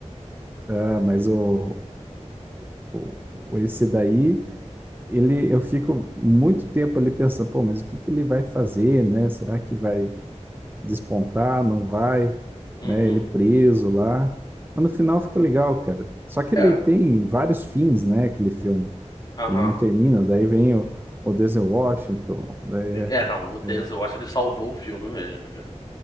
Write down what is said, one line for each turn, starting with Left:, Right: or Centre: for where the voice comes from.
Right: Ah, mas o, o- o- esse daí, ele, eu fico muito tempo ali pensando, pô, mas o que que ele vai fazer, né? Será que vai despontar? Não vai?
Left: Uhum.
Right: Né? Ele preso lá. Mas no final fica legal, cara. Só que ele
Left: É.
Right: tem vários fins, né? Aquele filme.
Left: Aham.
Right: Ele não termina, daí vem o, o Denzel Washington, daí
Left: Sim.
Right: é,
Left: É, não, o Denzel
Right: é,
Left: Washington ele salvou o filme mesmo. Ele,